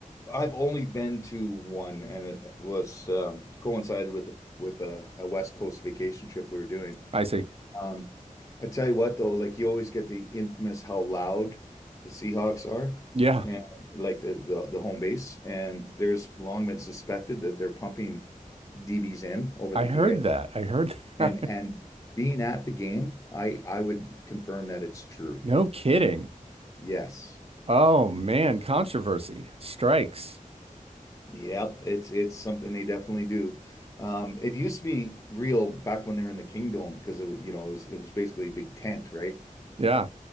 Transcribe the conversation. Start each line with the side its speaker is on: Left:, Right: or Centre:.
Left: I've only been to one, and it was um, coincided with the, with a, a West Coast vacation trip we were doing.
Right: I see.
Left: Um, I tell you what, though, like you always get the infamous how loud the Seahawks are
Right: Yeah,
Left: and like the, the, the home base. And there's long been suspected that they're pumping DBs in over
Right: I
Left: the
Right: heard
Left: PA.
Right: that. I heard <laughs> that.
Left: And and being at the game, I I would confirm that it's true.
Right: No kidding.
Left: Yes.
Right: Oh man, controversy strikes.
Left: Yep. It's it's something they definitely do. Um, it used to be real back when they were in the Kingdom because it was, you know, it was it was basically a big tent, right?
Right: Yeah.